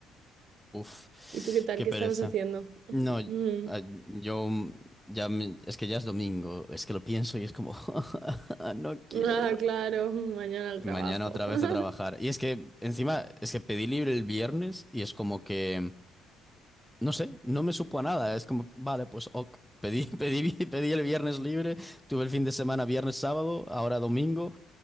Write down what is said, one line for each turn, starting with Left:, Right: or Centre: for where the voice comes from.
Centre: Uf,
Right: ¿Y tú qué tal?
Centre: qué
Right: ¿Qué
Centre: pereza.
Right: estabas haciendo? <laughs>
Centre: No, y-
Right: Mm.
Centre: ah, yo mm, ya me- es que ya es domingo, es que lo pienso y es como <laughs> no quiero.
Right: Ah, claro, mañana al
Centre: Y
Right: trabajo.
Centre: mañana otra vez
Right: <laughs>
Centre: a trabajar. Y es que encima es que pedí libre el viernes y es como que no sé, no me supo a nada, es como vale, pues ok. Pedí, <laughs> pedí, vi- pedí el viernes libre, tuve el fin de semana viernes, sábado, ahora domingo